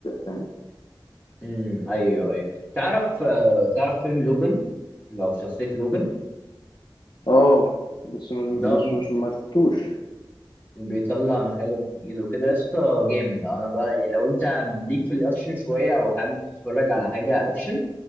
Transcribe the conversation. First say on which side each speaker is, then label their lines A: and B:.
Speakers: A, on the left; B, on the left.
A: فاهم
B: امم ايوه ايوه تعرف آه، تعرف فيلم لوجان لو شخصية لوجان
A: اه بس مش
B: ده
A: بس
B: ب-
A: مش ما شفتوش
B: بيطلع مخالب من ايده وكده يا اسطى جامد انا بقى يعني لو انت ليك في الاكشن شوية او حابب تتفرج على حاجة اكشن